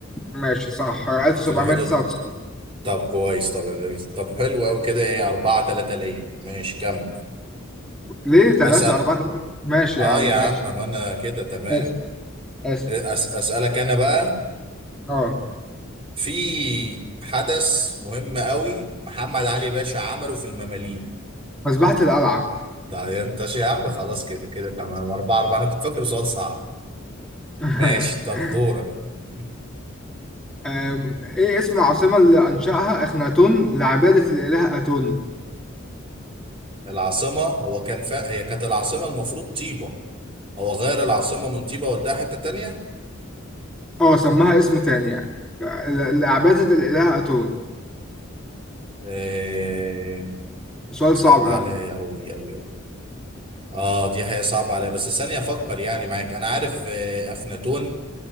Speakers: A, in the centre; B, on the right.
A: ماشي صح 1799
B: في الحدود دي طب كويس طب طب حلو قوي كده ايه 4 3 ليه ماشي كمل
A: ليه 3
B: اسال
A: 4 ماشي
B: اه
A: يا عم
B: يا عم
A: ماشي
B: ما انا كده تمام
A: اسف اسف
B: أس... اسالك انا بقى
A: اه
B: في حدث مهم قوي محمد علي باشا عمله في المماليك
A: مذبحة القلعة
B: طيب انت شي يا عم خلاص كده كده تمام 4 4 انا كنت فاكره سؤال صعب
A: <laughs>
B: ماشي طب دورك <laughs>
A: أم، ايه اسم العاصمة اللي أنشأها إخناتون لعبادة الإله أتون
B: العاصمة هو كان فا... هي كانت العاصمة المفروض طيبة هو غير العاصمة من طيبة وداها حتة تانية
A: اه سماها اسم تاني يعني ل- ل- لعبادة الإله أتون
B: آه
A: سؤال
B: صعب
A: صعب
B: عليا
A: ده
B: أوي أوي أوي اه دي حقيقة صعبة عليا بس ثانية أفكر يعني معاك أنا عارف آه أخناتون